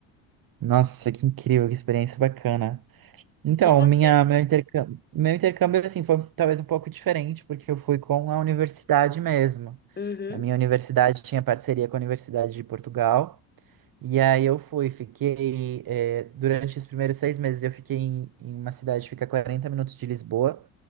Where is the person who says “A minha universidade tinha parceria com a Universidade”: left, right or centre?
Right